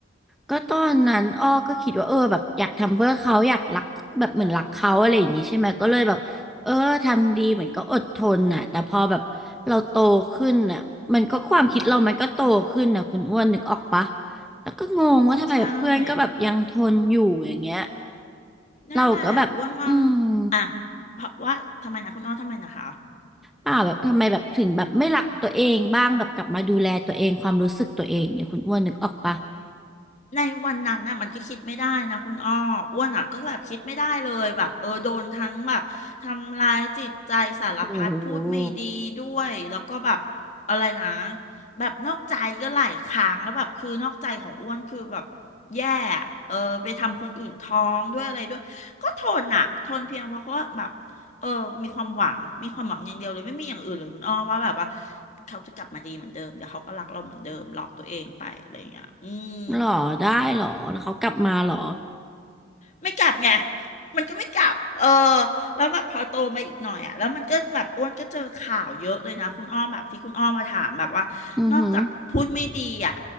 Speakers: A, in the centre; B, on the left.
A: ก็ตอนนั้นอ้อก็คิดว่าเออแบบอยากทำเพื่อเขาอยากรักแบบเหมือนรักเขาอะไรอย่างงี้ใช่ไหมก็เลยแบบเออทำดีเหมือนก็อดทนน่ะแต่พอแบบเราโตขึ้นน่ะมันก็ความคิดเรามันก็โตขึ้นน่ะคุณอ้วนนึกออกปะ
B: อืม
A: แล้วก็งงว่าทำไมแบบเพื่อนก็แบบยังทนอยู่อย่างเงี้ย
B: ใช่นั่นแหละอ้วนว่า
A: เราก็แบบอืม
B: อ่ะเพราะว่าทำไมนะคุณอ้อทำไมนะคะ
A: เปล่าแบบทำไมแบบถึงแบบไม่รักตัวเองบ้างแบบกลับมาดูแลตัวเองความรู้สึกตัวเองเนี่ยคุณอ้วนนึกออกปะ
B: ในวันนั้นน่ะมันก็คิดไม่ได้นะคุณอ้ออ้วนอ่ะก็แบบคิดไม่ได้เลยแบบเออโดนทั้งแบบทำร้ายจิตใจสารพัดพูดไม่ดีด้วยแล้วก็แบบ
A: โห
B: อะไรนะแบบนอกใจก็หลายครั้งแล้วแบบคือนอกใจของอ้วนคือแบบแย่อะเออไปทำคนอื่นท้องด้วยอะไรด้วยก็ทนอ่ะทนเพียงเพราะว่าแบบเออมีความหวังมีความหวังอย่างเดียวเลยไม่มีอย่างอื่นเลยคุณอ้อว่าแบบว่าเขาจะกลับมาดีเหมือนเดิมเดี๋ยวเขาก็รักเราเหมือนเดิมหลอกตัวเองไปอะไรอย่างเงี้ยอืม
A: หรอได้หรอแล้วเขากลับมาหรอ
B: ไม่กลับไงมันก็ไม่กลับเออแล้วแบบพอโตมาอีกหน่อยอ่ะแล้วมันก็แบบอ้วนก็เจอข่าวเยอะเลยนะคุณอ้อมแบบที่คุณอ้อมมาถามแบบว่านอกจากแบบพูดไม่ดีอ่ะ
A: อือฮึ